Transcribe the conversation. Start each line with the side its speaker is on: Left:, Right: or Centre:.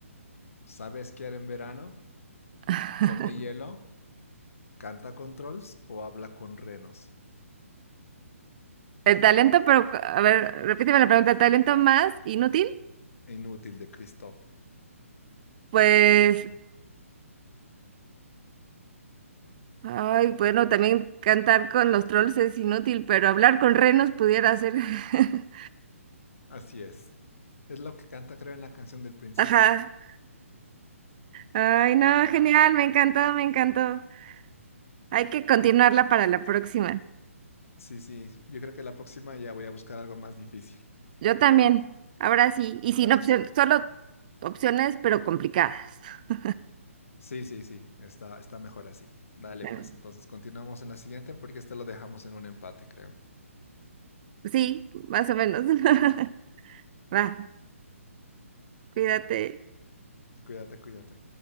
Left: ¿Sabe esquiar en verano?
Right: <laughs>
Left: ¿Come hielo? ¿Canta con trolls o habla con renos?
Right: El talento, pero, a ver, repíteme la pregunta, ¿el talento más inútil?
Left: Inútil de Christoph.
Right: Pues, ay, bueno, también cantar con los trolls es inútil, pero hablar con renos pudiera ser. <laughs>
Left: Así es. Es lo que canta, creo, en la canción del principio.
Right: Ajá. Ay, no,
Left: Ah,
Right: genial, me encantó, me encantó. Hay que continuarla para la próxima.
Left: Sí, sí, yo creo que la próxima ya voy a buscar algo más difícil,
Right: Yo también. Ahora sí. Y
Left: me
Right: sin
Left: parece.
Right: opción, solo opciones, pero complicadas. <laughs>
Left: Sí, sí, sí, está, está mejor así. Dale,
Right: Bueno,
Left: pues entonces continuamos en la siguiente porque este lo dejamos en un empate, creo.
Right: Sí, más o menos. <laughs> Va, cuídate.
Left: Cuídate, cuídate.